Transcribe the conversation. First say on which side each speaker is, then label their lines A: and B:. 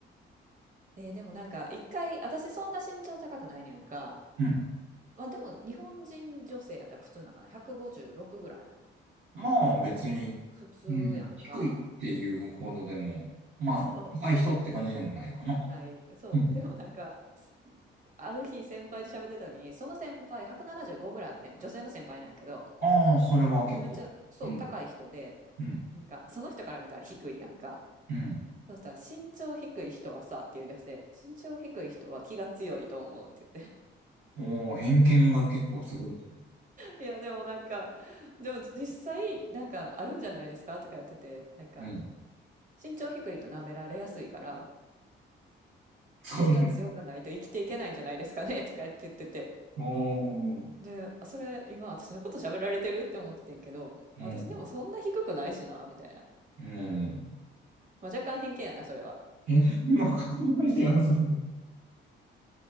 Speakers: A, on the right; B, on the right.
A: えーでもなんか一回私そんな身長高くないにゃんか、
B: うん。
A: まあ、でも日本人女性やったら普通なんかな156ぐらい
B: まあ別に、
A: 普通やんか
B: うん、低いっていうほどでも、まあ、
A: <laughs> そ
B: 高い人って感じでもないかな。
A: うないそうでもなんかす
B: うん。
A: ある日先輩と喋ってた時にその先輩175ぐらいあってん女性の先輩なんやけど
B: ああ、それは結構。
A: めっちゃそう高い人で
B: うん、うん、
A: なんかその人から見たら低いやんか
B: うん。
A: そしたら身長低い人はさって言い出して身長低い人は気が強いと思うって
B: おお、偏見が結構すごい。
A: いや、でもなんか、でも実際、なんかあるんじゃないですかとかやってて、なんか、
B: うん。
A: 身長低いと舐められやすいから、
B: それ。
A: 気が強くないと生きていけないんじゃないですかねとかって言ってて。
B: おお、
A: で、あそれ、今私のこと喋られてるって思っててんけど、
B: うん、
A: 私でもそんな低くないしな、みたいな。
B: うん。
A: まあ、若干偏見やな、それは。
B: え、の塊では、それ。